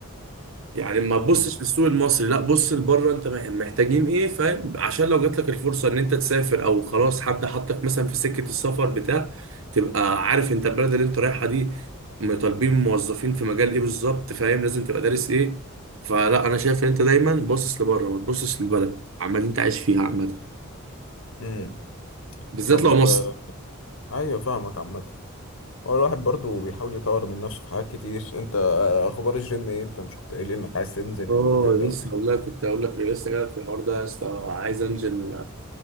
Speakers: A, on the right; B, on the left.
A: يعني ما تبصش
B: مم.
A: للسوق المصري لا بص لبره انت محتاجين ايه فاهم عشان لو جات لك الفرصه ان انت تسافر او خلاص حد حطك مثلا في سكه السفر بتاع تبقى عارف انت البلد اللي انت رايحها دي طالبين موظفين في مجال ايه بالظبط فاهم لازم تبقى دارس ايه فلا انا شايف ان انت دايما باصص لبره ما تبصش للبلد عمال اللي انت عايش فيها عامه
B: مم.
A: بالذات
B: طب
A: لو مصر
B: آه، ايوه فاهمك عامه هو الواحد برضو بيحاول يطور من نفسه في حاجات كتير انت آه، اخبار الجيم ايه انت مش كنت قايل انك عايز تنزل
A: اه
B: وتبدأ
A: لسه
B: وكده؟
A: والله كنت هقول لك لسه جاي في الحوار ده يا اسطى عايز انزل